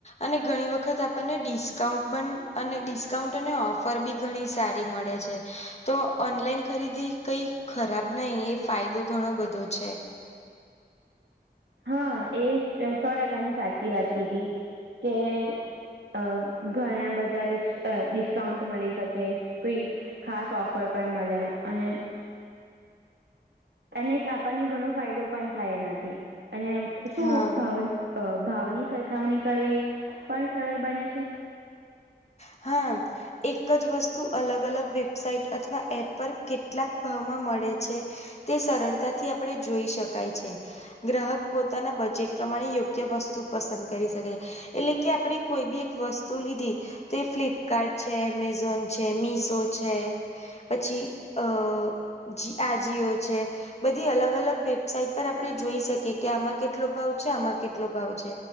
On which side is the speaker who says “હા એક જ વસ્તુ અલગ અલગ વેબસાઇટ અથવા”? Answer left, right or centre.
Left